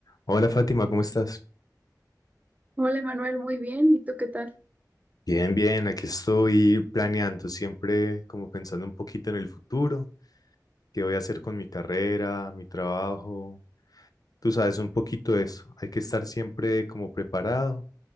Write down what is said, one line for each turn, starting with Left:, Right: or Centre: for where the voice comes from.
Left: Hola Fátima, ¿cómo estás?
Right: Hola, Manuel, muy bien. ¿Y tú qué tal?
Left: Bien, bien, aquí estoy planeando, siempre como pensando un poquito en el futuro, qué voy a hacer con mi carrera, mi trabajo. Tú sabes un poquito de eso, hay que estar siempre como preparado